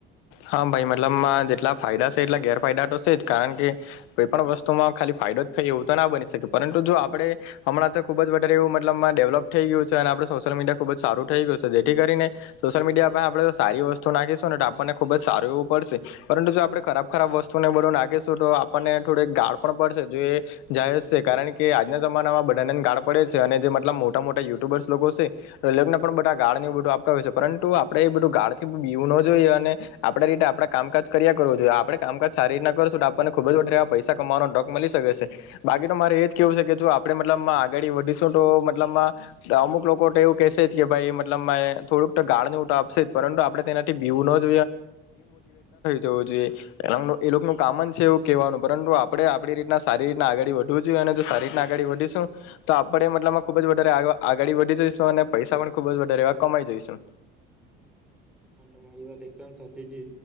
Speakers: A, on the left; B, in the centre.
A: હા ભાઈ મતલબમાં જેટલા ફાયદા છે એટલા ગેરફાયદા તો છે જ, કારણ કે કોઈ પણણ વસ્તુમાં ખાલી ફાયદો થઈ એવું તો ના બની શકે પરંતુ જો આપડે હમણાં તો ખુબ જ એવું મતલબ માં ડેવલપ થઈ ગયું છે અને આપણે સોશિયલ મીડિયા ખુબ જ સારું થઈ ગયું છે જેથી કરીને સોશિયલ મીડિયાસે આપણેે સારી વસ્તુ નાખીશું ને તો આપણને ખુબ જ સારું એવું પડશે પરંતુ જો આપણે ખરાબ ખરાબ વસ્તુ શું ને બધું નાખીશું તો આપણને થોડક ગાઢ પણ પડશે જો એ જાય છે કારણ કે આજના જમાનામાં બધાનેને ગાળ પડે જ અને જે મતલબ મોટા મોટા યુટ્યુબર્સ લોકો છે એને પણ બધા ગાળ બધું પરંતુ આપડે એ બધું ગાળ થી પીવું ન જોઈએ અને આપણે રીતે આપણા કામકાજ કર્યા કરવું જોઈએ આપણે કામકાજ સારી રીતના કરશું આપણને ખૂબ જ વધારેવા પૈસા કમાવાનો ડોક મળી શકે છે બાકી તો મારે એ જ કેવું છે કે જો આપણે મતલબમાં આગળ વધીશું, તો મતલબ અમુક લોકો તો એવું કેશે જ કે ભાઈ મતલબ થોડુંક તો ગાળ નેવટો આપશે જ પરંતુ આપણે તેનાથી બીવું ન <unintelligible> જોઈ એનું કામન છે એવું કવાનું પરંતુ આપ આપ રીતના સારી રીતના આગળ વધવું જોઈએ અને જો સારી રીતને આગળ વધીશું તો આપડે મતલબમાં ખુબ જ વધી આગળ વધી જઈશું અને પૈસા પણ ખુબ જ વધારે એવા કમાઈ જઈશું.
B: અમારી વાત એક સાથે જ